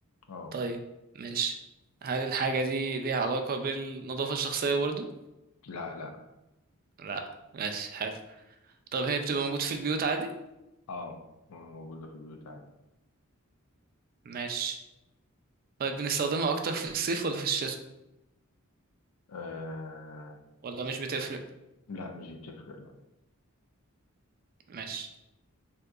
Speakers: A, on the left; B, on the right.
A: اه
B: طيب ماشي هل الحاجة دي ليها علاقة بالنظافة الشخصية برضو؟
A: لا لا
B: لا ماشي حلو طب هي بتبقى موجود في البيوت عادي؟
A: اه موجودة في البيوت عادي
B: ماشي طيب بنستخدمها اكتر في الصيف ولا في الشتاء
A: أه
B: ولا مش بتفرق
A: لا مش بتفرق
B: ماشي